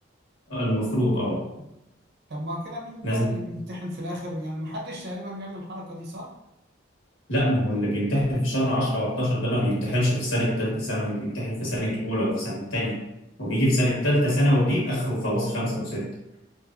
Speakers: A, on the left (about 75°); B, on the right (about 60°).
A: المفروض
B: و-
A: اه
B: طب ما كده مين
A: لازم
B: ده اللي بيمتحن في الآخر يعني محدش تقريبا بيعمل الحركة دي صح؟
A: لا ما هو اللي بيمتحن في شهر 10 و11 ده ما بيمتحنش في سنة تالتة ثانوي بيمتحن في سنة أولى وفي سنة تانية وبيجي في سنة تالتة ثانوي دي آخره خلاص خمسة وستة